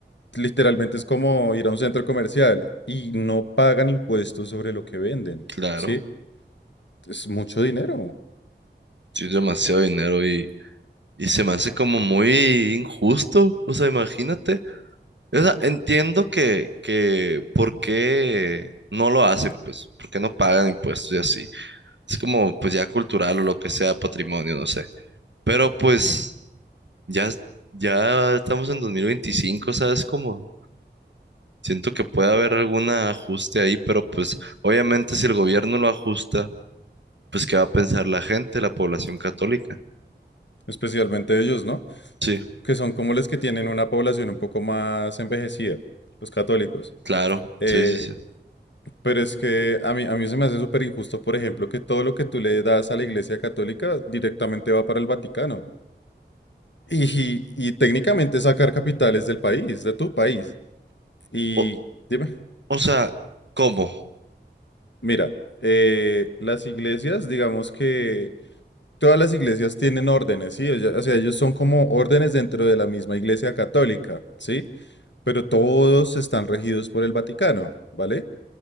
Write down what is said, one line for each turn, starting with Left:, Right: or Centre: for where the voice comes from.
Left: literalmente es como ir a un centro comercial y no pagan impuestos sobre lo que venden,
Right: claro,
Left: ¿sí? Es mucho dinero,
Right: sí, demasiado dinero y, y se me hace como muy injusto, o sea, imagínate. O sea, entiendo que, que por qué no lo hacen, pues, por qué no pagan impuestos y así. Es como, pues, ya cultural o lo que sea, patrimonio, no sé. Pero, pues, ya, es- ya estamos en 2025, ¿sabes? Como, siento que puede haber algún ajuste ahí, pero, pues, obviamente si el gobierno lo ajusta, pues, ¿qué va a pensar la gente, la población católica?
Left: especialmente ellos, ¿no?
Right: Sí,
Left: Que son como los que tienen una población un poco más envejecida, los católicos.
Right: claro,
Left: Eh,
Right: sí, sí, sí.
Left: Pero es que a mí, a mí se me hace súper injusto, por ejemplo, que todo lo que tú le das a la Iglesia Católica directamente va para el Vaticano. Y, y técnicamente sacar capitales del país, de tu país. Y
Right: O,
Left: dime,
Right: o sea, ¿cómo?
Left: mira, eh, las iglesias, digamos que todas las iglesias tienen órdenes, ¿sí? Ella- O sea, ellos son como órdenes dentro de la misma Iglesia Católica, ¿sí? Pero todos están regidos por el Vaticano, ¿vale?